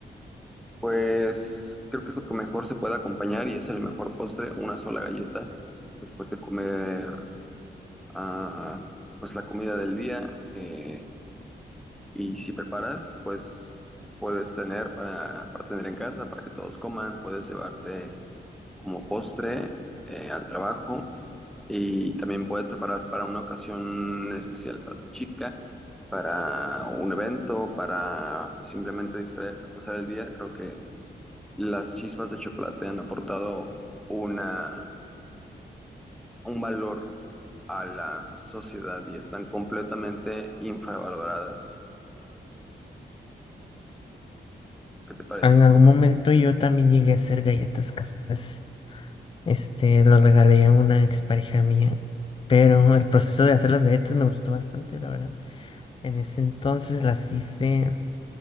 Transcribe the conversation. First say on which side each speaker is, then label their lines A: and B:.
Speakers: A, in the centre; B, on the left (about 30°).
A: pues creo que es lo que mejor se puede acompañar y es el mejor postre, una sola galleta, después de comer ah, pues la comida del día. eh, y si preparas, pues puedes tener para, para tener en casa, para que todos coman, puedes llevarte como postre eh, al trabajo y también puedes preparar para una ocasión especial para tu chica, para un evento, para simplemente distraerte, pasar el día. Creo que las chispas de chocolate han aportado una, un valor a la sociedad y están completamente infravaloradas. ¿Qué te parece?
B: En algún momento yo también llegué a hacer galletas caseras. Este, lo regalé a una expareja mía. Pero el proceso de hacer las galletas me gustó bastante, la verdad. En ese entonces las hice,